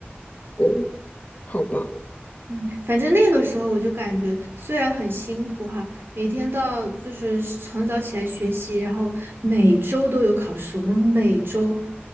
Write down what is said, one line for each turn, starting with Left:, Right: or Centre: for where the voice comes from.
Left: 哦，好吧，
Right: 嗯，反正那个时候我就感觉，虽然很辛苦哈，每天到就是很早起来学习，然后每周都有考试，我们每周